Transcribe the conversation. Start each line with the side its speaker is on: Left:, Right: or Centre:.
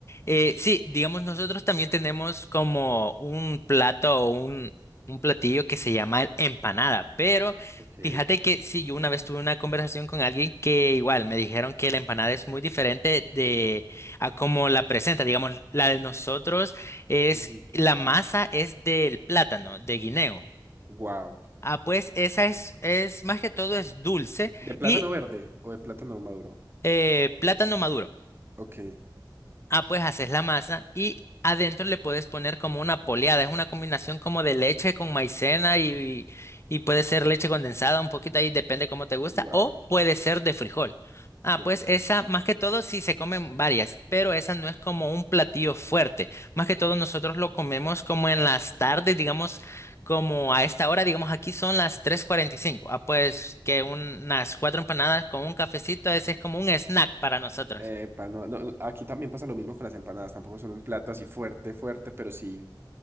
Left: Eh, sí, digamos, nosotros también tenemos como un plato o un, un platillo que se llama el empanada, pero
Right: Ok.
Left: fíjate que sí, yo una vez tuve una conversación con alguien que igual me dijeron que la empanada es muy diferente de a cómo la presenta, digamos, la de nosotros es,
Right: Ujú.
Left: la masa es del plátano, de guineo.
Right: Wow.
Left: Ah, pues esa es, es más que todo es dulce
Right: ¿De plátano
Left: y
Right: verde o de plátano maduro?
Left: eh, plátano maduro.
Right: Ok.
Left: Ah, pues haces la masa y adentro le puedes poner como una poleada. Es una combinación como de leche con maicena y, y puede ser leche condensada, un poquito ahí, depende cómo te gusta,
Right: Wow.
Left: o puede ser de frijol. Ah,
Right: De
Left: pues
Right: frijol.
Left: esa, más que todo, sí se comen varias, pero esa no es como un platillo fuerte. Más que todo, nosotros lo comemos como en las tardes, digamos, como a esta hora, digamos, aquí son las tres cuarenta y cinco. Ah, pues que unas cuatro empanadas con un cafecito, ese es como un snack para nosotros.
Right: Epa, no, no, no, aquí también pasa lo mismo con las empanadas. Tampoco son un plato así fuerte, fuerte, pero sí.